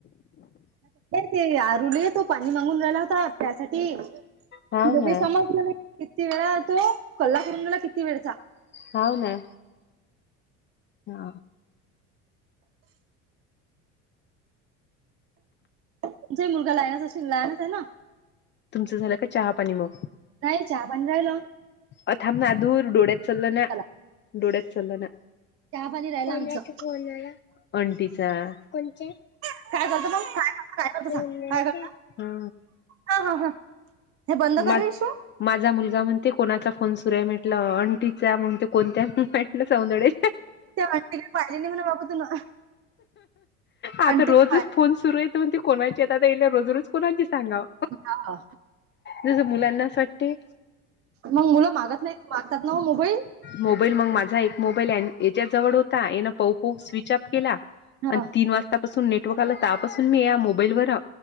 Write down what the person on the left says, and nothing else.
हाव ना
हो ना, हा
तुमचं झालं का चहापाणी मग
अथांम ना धूर डोळ्यात चचालं ना
डोळ्यात चल ना
कोणाच्या
कोणाला अंटीचा कोणच्या
सौंदड्याच्या
हा
मा
माझा मुलगा म्हणते कोणाचा फोन सुरुय म्हटलं अंटीचा म्हने ते कोणत्या सौंदडे
आता
रोजच
फोन सुरू येत म्हणते कोणाचे येतता येईले रोज रोज कोणाचे सांगाव.
जसं मुलांना असं वाटते.
मोबाईल मग माझा एक मोबाईल याच्या जवळ होता येन पाहू पाहू स्विच ऑफ केला.
आणि तीन वाजतापासून नेटवर्क आलापासून मी या मोबाईल वर आहे